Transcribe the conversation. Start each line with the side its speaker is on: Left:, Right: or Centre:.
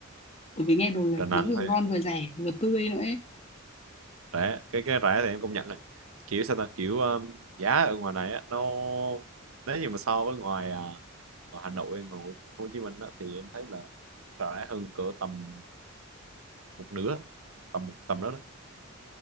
Left: bởi vì nghe đồn là
Right: Đà Nẵng
Left: nó vừa ngon
Right: thì
Left: vừa rẻ vừa tươi nữa ấy
Right: rẻ cái cái rẻ thì em công nhận này kiểu sao ta kiểu um, giá ở ngoài này á, nó nếu như mà so với ngoài à, ngoài Hà Nội ngoài Hồ Chí Minh á, thì em thấy là rẻ hơn cỡ tầm một nửa tầm tầm đó đó